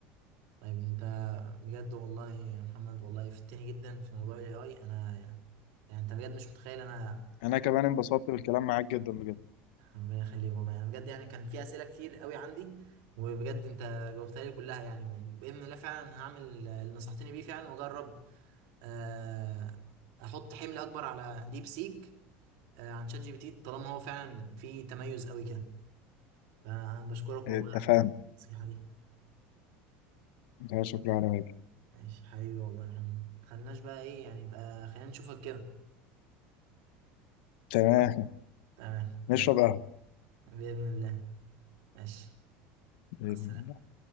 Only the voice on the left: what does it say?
انا كمان انبسطت بالكلام معاك جدا بجد
اتفقنا
ده شكرا على واجب
تمام
نشرب
قهوة